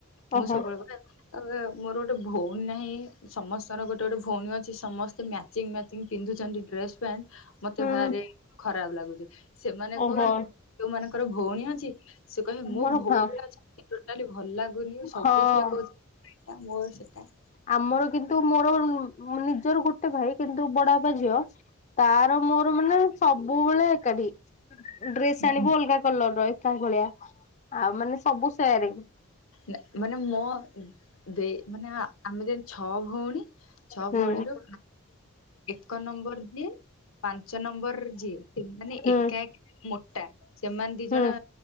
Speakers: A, on the left (about 75°); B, on the left (about 35°).
A: ମୁଁ
B: ଓହୋ
A: ସବୁବେଳେ କୁହେ କହିବି ମୋର ଗୋଟେ ଭଉଣୀ ନାହିଁ, ସମସ୍ତଙ୍କର ଗୋଟେ ଗୋଟେ ଭଉଣୀ ଅ ଛି ସମସ୍ତେ ମ୍ୟାଚିଂ ମ୍ୟାଚିଂ ପିନ୍ଧୁଛନ୍ତି ଡ୍ରେସ ପ୍ୟାଣ୍ଟ, ମତେ
B: ହୁଁ
A: ଭାରି ଖରାପ ଲାଗୁଛି। ସେମାନେ
B: ଓହୋ
A: କୁହନ୍ତି, ଯୋଉମାନଙ୍କର ଭଉଣୀ ଅଛି ସେ କହିବେ
B: ଆମର
A: ମୋ ଭଉଣୀଟା
B: ହଁ
A: ଅଛି ମତେ ଟୋଟାଲି ଭଲ ଲାଗୁନି, ସବୁଥିରେ
B: ହଁ।
A: କହୁଛି ସେଇଟା ମୋର ସେଟା।
B: ଆମର କିନ୍ତୁ ମୋର ନୁ ନିଜର ଗୋଟେ ଭାଇ କିନ୍ତୁ ବଡାଆବା ଝିଅ ତାର ମୋର ମାନେ ସବୁବେଳେ ଏକାଠି। ଡ୍ରେସ୍
A: ହୁଁ
B: ଆଣିବୁ ଅଲଗା କଲର ର ଏକା ଭଳିଆ ଆଉ ମାନେ ସବୁ ସେୟାରିଙ୍ଗ।
A: ନା ମାନେ ମୋ ଦେଇ ମାନେ ଆମେ ଯେମିତି ଛଅ ଭଉଣୀ ଛଅ
B: ହୁଁ
A: ଭଉଣୀରୁ ଏକ ନମ୍ବର ଯିଏ। ପାଞ୍ଚ ନମ୍ବର ଯିଏ ମାନେ
B: ହୁଁ
A: ଏକା ଏକା ମୋଟା ସେମାନେ ଦି
B: ହୁଁ
A: ଜଣ